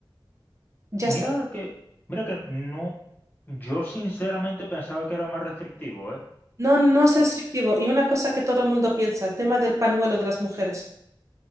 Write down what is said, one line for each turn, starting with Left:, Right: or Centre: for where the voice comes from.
Right: Ya está.
Left: Mira que, mira que no, yo sinceramente pensaba que era más restrictivo, ¿eh?
Right: No, no es restrictivo.
Left: O-
Right: Y una cosa que todo el mundo piensa, el tema del panuelo de las mujeres.